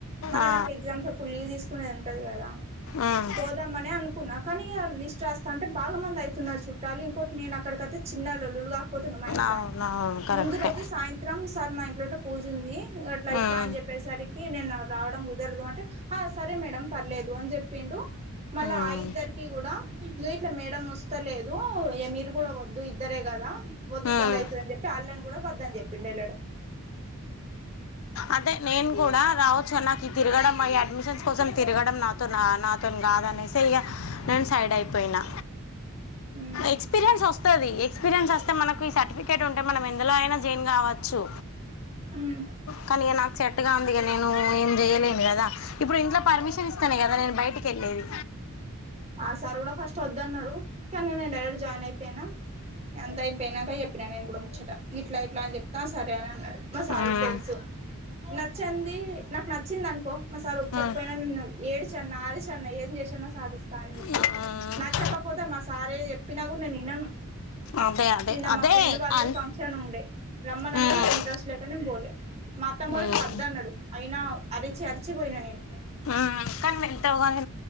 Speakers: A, on the right; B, on the left.
A: మళ్ళీ
B: ఆ
A: నాకు ఎగ్జామ్స్ అప్పుడు లీవ్ తీసుకునేది ఉంటది కదా
B: ఉమ్
A: పోదామనే అనే అనుకున్నా కానీ ఇగ లిస్ట్ రాస్ తంటే బాగా మంది అయితున్నారు చుట్టాలు ఇంకోటి నేను అక్కడికైతే చిన్న లల్లుగా పోతుండమ ఇంట్లా
B: అవునవును కరెక్టే
A: ముందు రోజు సాయంత్రం సార్ మా ఇంట్లో పూజ ఉంది అట్లా ఇట్లా
B: ఉమ్
A: అని చెప్పేసరి కి నేను రావడం కుదరదు అంటే హ సరే మేడం పర్లేదు అన్ చె పిండు మళ్ళా
B: ఉమ్
A: ఆ ఇద్దరికి కూడా ఇగో ఇట్లా మేడం వస్తలేదు ఇయ మీరు కూడా వద్దు ఇద్దరే కదా వద్దు ఇబ్బంది
B: ఉమ్ ఉమ్
A: అయితదని చెప్పి ఆళ్ళ న్ని కూడా వద్దని చెప్పిండు వెళ్ళడం
B: అదే నేను కూడా రావచ్చు నాకు తిరగడం ఈ అడ్మిషన్స్ కోసం తిరగడం నాతో నాతోని కాదు అనేసి ఇగ నేను సైడ్ అయిపోయినా
A: ఉమ్
B: ఎక్స్పీరియన్స్ వస్తది ఎక్స్పీరియన్స్ వస్తే మనకి ఈ సర్టిఫికేట్ ఉంటే మనం ఎందులో అయినా గావచ్చు
A: ఉమ్
B: కానీ ఇగ నాకు సెట్ కాదు టీగ నేను ఏం చెయలేను కదా ఇప్పుడు ఇంట్లో పర్మిషన్ ఇస్తానే కదా నేను బయటికి వెళ్ళేది
A: ఆ సార్ కూడా ఫస్ట్ వద్దన్నాడు కానీ నేను డైరెక్ట్ జాయిన్ అయిపోయినా అంత అయిపోయినాక చెప్పినా నేను కూడా ముచ్చట ఇట్లా ఇట్లా అని చెప్తా సరే అని అన్నాడు మా సార్కి
B: మ్మ్.
A: తెలుసు నచ్చింది నాకు నచ్చింది అనుకో మా సార్ ఒప్పుకోకపోయినా
B: మ్మ్.
A: నిన్ను ఏడిచన్న ఆరిచన్న ఏం చేసేయినా సాధిస్ తానే చెప్పి
B: మ్మ్.
A: నచ్చకపోతే మా సారే చెప్పినా కూడా నేను వినను
B: అదే అదే
A: నిన్న
B: అదే
A: మా ఫ్రెండ్ వాళ్ళది
B: అన్-
A: ఫంక్షన్ ఉండే రమ్మనడుగా
B: మ్మ్.
A: నాకు ఇంట్రెస్ట్ లేక నేను పోలే మా అత్తమోళింటికి
B: మ్మ్.
A: అద్ద అన్నాడు అయినా అరిచి అరిచిపోయినా నేను
B: మ్మ్. కానీ వెళ్తావు కానీ